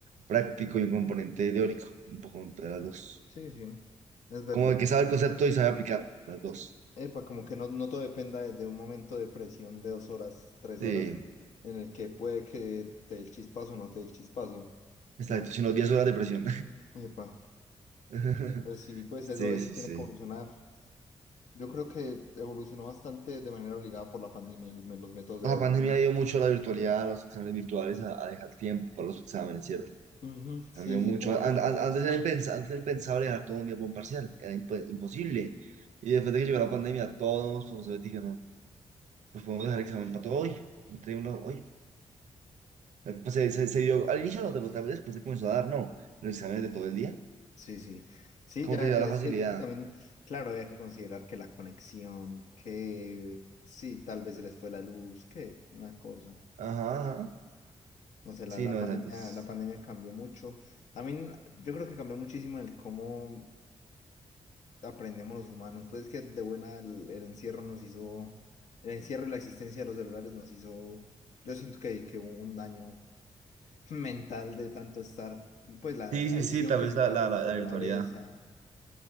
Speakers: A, on the right; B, on the left.
A: práctico y un componente teórico, un poco entre las dos.
B: Sí, sí, es verdad.
A: Como de que sabe el concepto y sabe aplicar las dos.
B: Epa, como que no, no todo dependa de, de un momento de presión de dos horas, tres
A: Sí.
B: horas, en el que puede que te dé el chispazo o no te dé el chispazo,
A: Exacto,
B: sino que,
A: sino 10 horas de presión.
B: epa,
A: <laughs>
B: pues sí, pues
A: Sí,
B: eso, eso
A: sí,
B: tiene
A: sí.
B: que evolucionar. Yo creo que evolucionó bastante de manera obligada por la pandemia, el los métodos de
A: La
B: evaluación.
A: pandemia dio mucho a la virtualidad, a los exámenes virtuales, a, a dejar tiempo para los exámenes, ¿cierto?
B: Ujú, sí,
A: Cambió mucho.
B: sí, como...
A: An-
B: a-
A: an- Antes era impens- antes era impensable dejar todo un día para un parcial, era imp- imposible. Y después de que llegó la pandemia, todos los profesores dijeron, pues podemos dejar examen para todo hoy, entreguémoslo hoy. Eh, Pues se, se- se dio, al inicio no, pero tal vez después se comenzó a dar, no, los exámenes de todo el día,
B: Sí, sí. Sí,
A: como
B: ya,
A: que se da
B: ya,
A: la
B: es
A: facilidad.
B: que, es que también, claro, había que considerar que la conexión, que sí, tal vez se les fue la luz, que una cosa.
A: Ajá, ajá.
B: No sé, la,
A: Sí,
B: la
A: no,
B: pandemia,
A: exacto. es-
B: la pandemia cambió mucho. También yo creo que cambió muchísimo el cómo aprendemos los humanos. Pues es que de buena el, el encierro nos hizo, el encierro y la existencia de los celulares nos hizo, yo siento que, que hubo un daño mental de tanto estar, pues la
A: Sí,
B: la
A: sí,
B: adicción
A: sí, tal
B: que
A: vez
B: se
A: la,
B: creó
A: la,
B: a los
A: la,
B: celulares,
A: la virtualidad.
B: a,